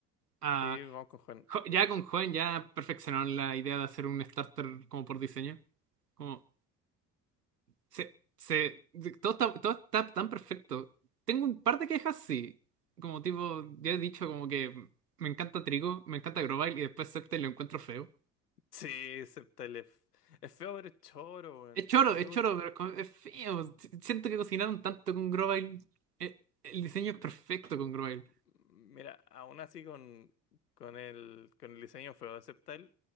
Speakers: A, on the right; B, on the left.
A: ah,
B: Sí, vamos con Juan.
A: Jo- ya con Joven ya perfeccionaron la idea de hacer un starter como por diseño. Como, se, se, de- todo está, todo está tan perfecto. Tengo un par de quejas, sí. Como tipo, ya he dicho como que me encanta Trigo, me encanta Grovyle y después Scepter lo encuentro feo.
B: Sí, acepta el Es feo, pero es choro, weón.
A: Es choro,
B: A mí
A: es
B: me gusta.
A: choro, pero es co- es feo.
B: Ah,
A: Si- Siento que cocinaron tanto con Grovyle. Eh, El diseño es perfecto con Grovyle.
B: Mira, aún así con, con el, con el diseño feo de Septal,